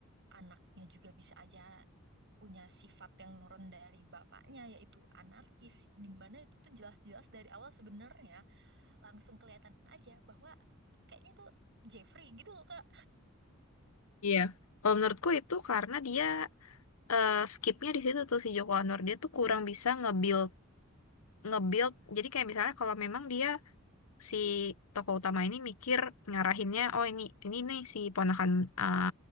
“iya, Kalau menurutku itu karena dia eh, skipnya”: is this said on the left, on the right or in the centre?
Left